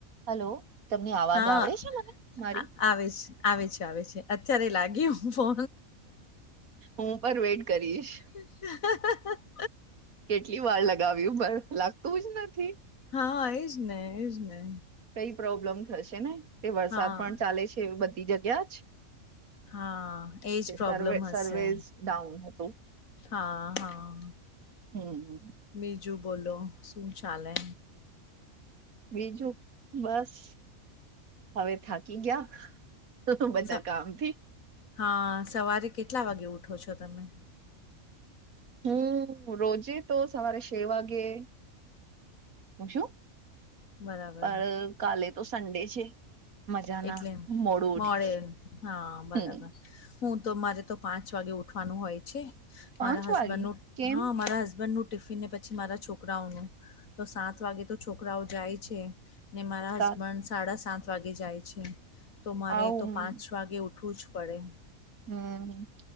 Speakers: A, on the right; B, on the left.
A: હાલો, તમને અવાજ
B: હા
A: આવડે છે મને મારી?
B: આ આવે છે, આવે છે આવે છે, અત્યારે લાગ્યું ફો
A: હું પણ વેઇટ કરીશ.
B: હમ.. હમ.. હમ... હા
A: કેટલી વાર લગાવ્યું પર લાગતું જ નથી.
B: હા એજ ને એજ ને.
A: કઈ પ્રોબ્લેમ થશે ને તે વરસાદ
B: હા
A: પણ ચાલે છે એ બધી જગ્યા જ
B: હા એજ
A: તે
B: પ્રોબ્લેમ
A: સર્વે
B: હશે.
A: સર્વેસ ડાઉન હતું
B: હા હા.
A: હમ્મ હમ્મ.
B: બીજું બોલો, શું ચાલે?
A: બીજું બસ, હવે થાકી ગયા. તો તું બધા
B: સ-
A: કામ થી
B: હા સવારે કેટલા વાગે ઉઠો છો તમે?
A: હું રોજે તો સવારે છે વાગે શું?
B: બરાબર
A: પણ કાલે તો સન્ડે છે. મજાના
B: એટલે
A: મોડું
B: મોડે
A: ઉઠી
B: હા બરાબર.
A: હમ
B: હું તો મારે તો પાંચ વાગે ઉઠવાનું હોય છે.
A: પાંચ
B: મારા હસબન્ડ
A: વાગે
B: નું
A: કેમ
B: હા મારા હસબન્ડનું ટિફિનને પછી મારા છોકરાઓનું તો સાત વાગે તો છોકરાઓ જાય છે. ને મારા હસબન્ડ
A: સાત
B: સાડા સાત વાગે જાય છે, તો મારે
A: આવું
B: તો પાંચ વાગે ઉઠવું જ પડે.
A: હમ્મ,